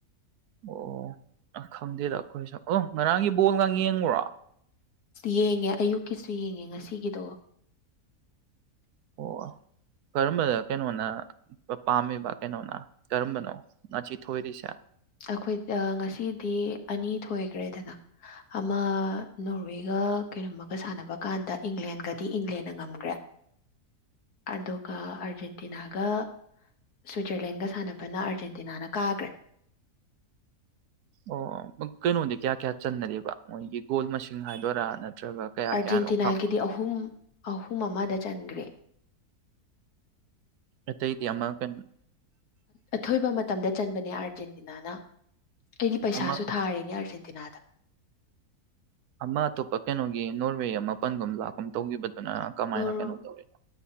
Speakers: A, on the right; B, on the left.
A: ꯑꯣ ꯑ ꯈꯪꯗꯦꯗ ꯑꯈꯣꯏꯁꯨ ꯑꫭ ꯉꯔꯥꯡꯒꯤ ꯕꯣꯜꯒ ꯌꯦꯡꯕ꯭ꯔꯣ꯫
B: ꯌꯦꯡꯉꯦ ꯑꯌꯨꯛꯀꯤꯁꯨ ꯌꯦꯡꯉꯦ ꯉꯁꯤꯒꯤꯗꯣ꯫
A: ꯑꯣ꯫ ꯀꯔꯝꯕꯗ ꯀꯩꯅꯣꯅ ꯄꯥꯝꯃꯤꯕ ꯀꯩꯅꯣꯅ ꯀꯔꯝꯕꯅꯣ ꯉꯥꯁꯤ ꯊꯣꯏꯔꯤꯁꯦ꯫
B: ꯑꯈꯣꯏ ꯉꯁꯤꯗꯤ ꯑꯅꯤ ꯊꯣꯏꯒ꯭ꯔꯦꯗꯅ꯫ ꯑꯃ ꯅꯣꯔꯋꯦꯒ ꯀꯩꯅꯣꯝꯃꯒ ꯁꯥꯟꯅꯕ ꯀꯥꯟꯗ ꯏꯪꯂꯦꯟꯒꯗꯤ ꯏꯪꯂꯦꯟꯅ ꯉꯝꯒ꯭ꯔꯦ꯫ ꯑꯗꯨꯒ ꯑꯔꯖꯦꯟꯇꯤꯅꯥꯒ꯫ ꯁ꯭ꯋꯤꯠꯖꯔꯂꯦꯟꯒ ꯁꯥꯟꯅꯕꯅ ꯑꯥꯔꯖꯦꯟꯇꯤꯅꯥꯅ ꯀꯥꯈ꯭ꯔꯦ꯫
A: ꯑꯣ ꯀꯩꯅꯣꯗꯤ ꯀꯌꯥ ꯀꯌꯥ ꯆꯟꯅꯔꯤꯕ ꯃꯣꯏꯒꯤ ꯒꯣꯜ ꯃꯁꯤꯡ ꯍꯥꯏꯗꯣꯏꯔ ꯅꯠꯇ꯭ꯔꯒ꯫ ꯀꯌꯥ
B: ꯑꯥꯔꯖꯦꯟꯇꯤꯅꯥꯒꯤꯗꯤ
A: ꯀꯌꯥꯅꯣ ꯈꯪꯕ
B: ꯑꯍꯨꯝ ꯑꯍꯨꯝ ꯑꯃꯗ ꯆꯟꯒ꯭ꯔꯦ꯫
A: ꯑꯇꯩꯗꯤ ꯑꯃ ꯀꯩꯅꫭ꯫
B: ꯑꯊꯣꯏꯕ ꯃꯇꯝꯗ ꯆꯟꯕꯅꯦ ꯑꯥꯔꯖꯦꯟꯇꯤꯅꯥꯅ꯫ ꯑꯩꯗꯤ ꯄꯩꯁꯥꯁꯨ
A: ꯑꯃ
B: ꯊꯥꯔꯤꯅꯦ ꯑꯥꯔꯖꯦꯟꯇꯤꯅꯥꯗ꯫
A: ꯑꯃ ꯑꯇꯣꯞꯄ ꯀꯩꯅꯣꯒꯤ ꯅꯣꯔꯋꯦ ꯑꯃꯃꯥ ꯄꯟꯒꯨꯝ ꯂꯥꯛꯀꯨꯝ ꯇꯧꯒꯤꯕꯗꯨꯅ ꯀꯃꯥꯏꯅ
B: ꯅꯣꯔ-
A: ꯀꯩꯅꯣ ꯇꯧꯏꯅꫭ꯫